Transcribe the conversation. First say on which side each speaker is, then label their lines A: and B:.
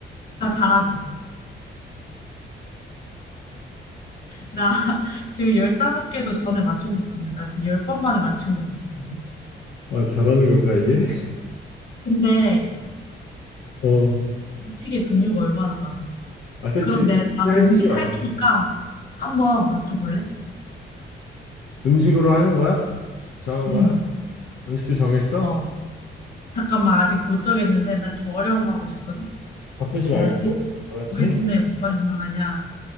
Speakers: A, on the left; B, on the left.
A: 나 잘하지. 나 <laughs> 지금 열다섯 개도 전에 맞춘 것 같은데. 나 지금 열 번 만에 맞춘 것 같은데.
B: 아, 잘하는 건가, 이게?
A: 근데
B: <laughs> 어.
A: 음식의 종류가 얼마나 많은데.
B: 아, 그치.
A: 그럼 내, 나도
B: 한식이
A: 음식
B: 많지.
A: 할 테니까 한번 맞춰볼래?
B: 음식으로 하는 거야? 정한
A: 응.
B: 거야? 음식도 정했어?
A: 어. 잠깐만, 아직 못 정했는데. 나 좀 어려운 거 하고 싶거든?
B: 바꾸지
A: 뭐
B: 말고.
A: 하지?
B: 알았지?
A: 우리 동네에 뭐가 유명하냐?